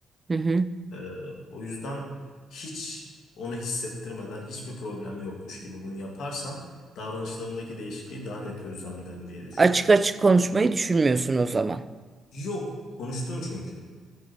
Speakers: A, on the right (about 25°); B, on the left (about 75°).
A: Hı hı.
B: Ee, o yüzden hiç onu hissettirmeden hiçbir problem yokmuş gibi bunu yaparsam davranışlarındaki değişikliği daha net gözlemlerim diye düşünüyorum.
A: Açık açık konuşmayı düşünmüyorsun o zaman.
B: Yok, konuştum çünkü.